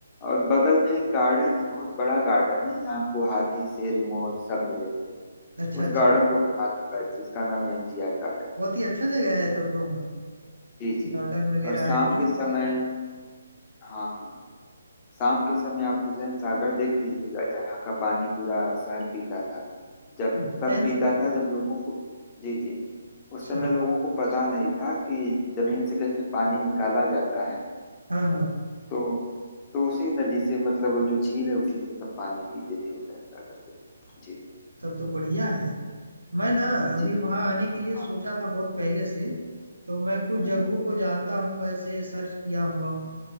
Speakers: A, on the left; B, on the right.
A: और बगल में एक गार्डन है बहुत बड़ा गार्डन है जहाँ आपको हाथी शेर मोर सब मिलेंगे
B: यू अच्छा
A: उस
B: अच्छा
A: गार्डन को घुमा दूंगा जिसका नाम है एनटीआर गार्डन
B: बहुत ही अच्छा जगह है तब तो हाँ
A: जी जी
B: गार्डन वगैरह
A: और शाम
B: है जू
A: के समय
B: भी है
A: हाँ हाँ शाम के समय आप हुसैन सागर देख लीजिएगा जहाँ का पानी पूरा शहर पीता था जब
B: हुसैन
A: तब पीता
B: सागर
A: था जब लोगों को जी जी उस
B: अच्छा
A: समय लोगों को पता नहीं था कि जमीन से कैसे पानी निकाला जाता है
B: हाँ हाँ
A: तो तो उसी नदी से मतलब वो जो झील है उसी से सब पानी पीते थे हुसैन सागर से जी
B: तब तो बढ़िया है मैं ना अभी
A: जी हाँ
B: वहाँ आने के लिए सोचा
A: हाँ
B: था बहुत पहले से तो मैं कुछ
A: हम्म
B: जगहों
A: हम्म
B: को जानता हूँ ऐसे सर्च किया हुआ हूँ